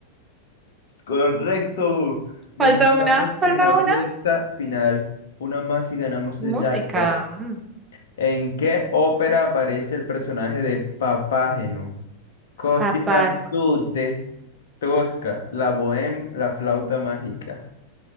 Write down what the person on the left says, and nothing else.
Correcto. Bueno,
estamos
en la recta
final. Una más y ganamos
el jackpot.
¿En qué ópera aparece el personaje de Papágeno? Così
fan tutte, Tosca, La Bohème, La Flauta Mágica.